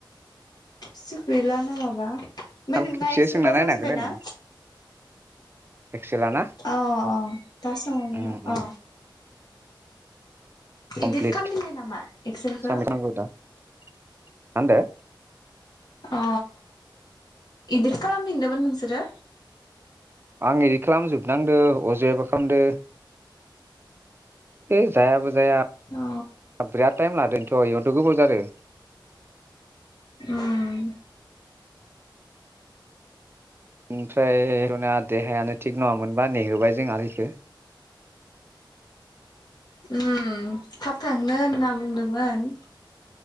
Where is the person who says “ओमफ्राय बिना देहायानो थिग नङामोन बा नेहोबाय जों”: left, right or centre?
Right